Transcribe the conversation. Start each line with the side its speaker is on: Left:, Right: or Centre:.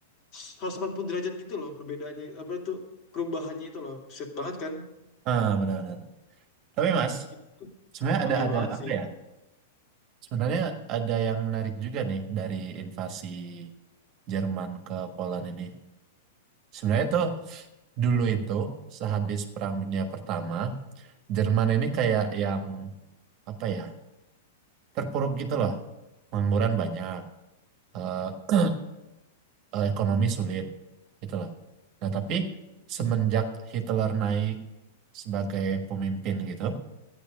Left: 180 derajat gitu loh perbedaannya apa tuh perubahannya itu loh set banget kan
Right: Ah benar-benar. Tapi Mas,
Left: itu
Right: sebenarnya
Left: aneh
Right: ada ada
Left: banget
Right: apa
Left: sih
Right: ya? Sebenarnya ada yang menarik juga nih dari invasi Jerman ke Poland ini. Sebenarnya tuh dulu itu sehabis Perang Dunia Pertama, Jerman ini kayak yang apa ya? Terpuruk gitu loh. Pengangguran banyak, eh, eh, ekonomi sulit gitu loh. Nah, tapi semenjak Hitler naik sebagai pemimpin gitu,